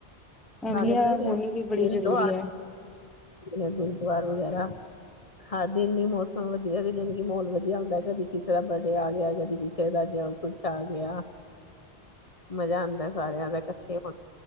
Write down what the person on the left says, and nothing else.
ਨਾਲੇ ਪਤਾ ਕਿ,
ਦਿਨ
ਤੋਂ
ਦਿਨ ਤੋਂ ਵਾਰ ਵਗੈ ਹਾਂ ਦਿਨਨੀ ਮੌਸਮ ਵਧੀਆ, ਜਾਣੀ ਕਿ ਮਾਹੌਲ ਵਧੀਆ ਹੁੰਦਾ। ਕਦੀ ਕਿਸੇ ਦਾ ਬਰਡੇ ਆ ਗਿਆ, ਕਦੀ ਕਿਸੇ ਦਾ, ਜਾਂ ਕੁਛ ਆ ਗਿਆ ਮਜ਼ਾ ਆਂਦਾ ਸਾਰਿਆਂ ਦਾ ਕੱਠੇ ਹੋਣਾ।